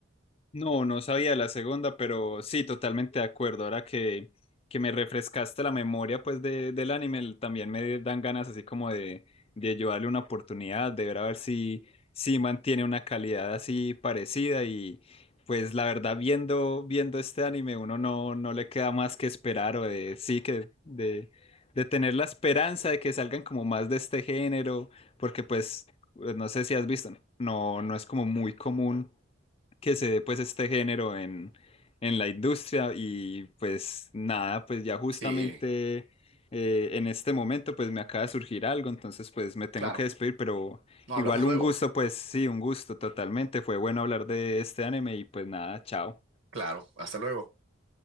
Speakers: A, on the left; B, on the right.
A: No, no sabía la segunda, pero sí, totalmente de acuerdo. Ahora que, que me refrescaste la memoria pues de, del anime, el- también me dan ganas así como de, de yo darle una oportunidad, de ver a ver si, si mantiene una calidad así parecida y pues la verdad viendo, viendo este anime uno no, no le queda más que esperar o de sí que de, de tener la esperanza de que salgan como más de este género, porque pues no sé si has visto, no, no es como muy común que se dé pues este género en, en la industria y pues nada, pues ya justamente
B: Sí,
A: eh, en este momento pues me acaba de surgir algo, entonces pues me tengo
B: claro.
A: que despedir, pero
B: No,
A: igual
B: hablamos luego.
A: un gusto, pues sí, un gusto totalmente, fue bueno hablar de este anime y pues nada, chao,
B: Claro, hasta luego.